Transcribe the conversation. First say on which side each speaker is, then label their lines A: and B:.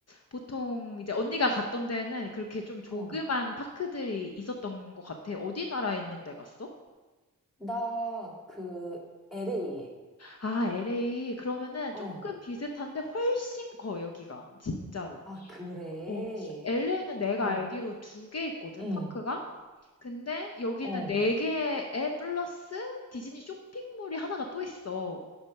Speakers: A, on the left; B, in the centre.
A: 보통 이제 언니가 갔던 데는 그렇게 좀 조그만
B: 어.
A: 파크들이 있었던 것 같아. 어디 나라에 있는 데 갔어?
B: 나 그 LA에.
A: 아, LA. 그러면은
B: 어.
A: 조금 비슷한데 훨씬 커, 여기가. 진짜로.
B: 아, 그래.
A: 어, LA는 내가
B: 어.
A: 알기로 두 개 있거든,
B: 응.
A: 파크가. 근데 여기는
B: 어,
A: 네 개에 플러스 디즈니 쇼핑몰이 하나가 또 있어.